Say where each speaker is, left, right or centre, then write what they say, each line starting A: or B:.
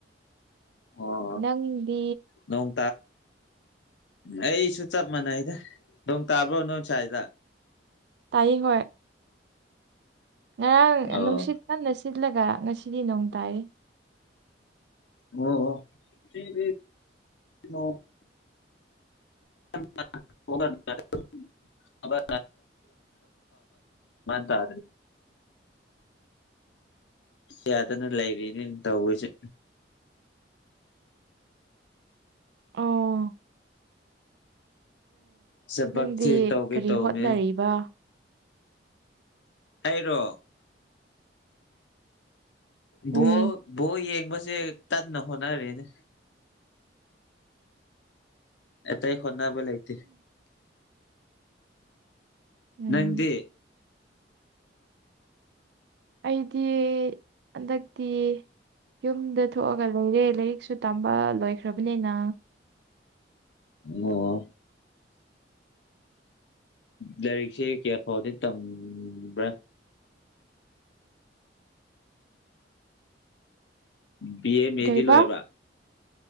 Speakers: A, on the left; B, on the right.
A: ꯑꯣ
B: ꯅꯪꯗꯤ
A: ꯅꯣꯡ ꯑꯩꯁꯨ ꯆꯞ ꯃꯥꯟꯅꯩꯗ ꯅꯣꯡ ꯇꯥꯕ꯭ꯔꯣ ꯅꯣꯏ ꯁ꯭ꯋꯥꯏꯗ
B: ꯇꯥꯏ ꯍ ꯉꯔꯥꯡ
A: ꯑꯣ
B: ꯅꯨꯡꯁꯤꯠ ꯀꯟꯅ ꯁꯤꯜꯂꯒ ꯉꯁꯤꯗꯤ ꯅꯣꯡ ꯇꯥꯏꯔꯤ
A: ꯑꯣ ꯔꯦ ꯃ ꯇꯥ ꯌꯥꯗꯅ ꯂꯩꯔꯤꯅꯦ ꯇꯧꯕꯁꯦ
B: ꯑꯣ
A: ꯊꯕꯛꯁꯦ
B: ꯅꯪꯗꯤ
A: ꯇꯧꯒꯦ
B: ꯀꯔꯤ
A: ꯇꯧꯕꯅꯦ
B: ꯍꯣꯠꯅꯔꯤꯕ
A: ꯑꯩꯔꯣ
B: ꯎꯝ
A: ꯕꯣ ꯕꯣ ꯌꯦꯡꯕꯁꯦ ꯀꯟꯅ ꯍꯣꯠꯅꯔꯤꯅꯦ ꯑꯦꯇꯥꯏ ꯍꯣꯅꯕ ꯂꯩꯥꯏꯇꯦ
B: ꯎꯝ
A: ꯅꯪꯗꯤ
B: ꯑꯩꯗꯤ ꯍꯟꯗꯛꯇꯤ ꯌꯨꯝꯗ ꯊꯣꯛꯑꯒ ꯂꯩꯔꯦ ꯂꯥꯏꯔꯤꯛꯁꯨ ꯇꯝꯕ ꯂꯣꯏꯈ꯭ꯔꯕꯅꯤꯅ
A: ꯑꯣ ꯂꯥꯏꯔꯤꯛꯁꯦ ꯀꯌꯥ ꯐꯥꯎꯗꯤ ꯇꯝꯕ꯭ꯔꯥ ꯕꯤ ꯑꯦ ꯃꯦꯗꯤ
B: ꯀꯔꯤꯕ
A: ꯂꯣꯏꯔꯕ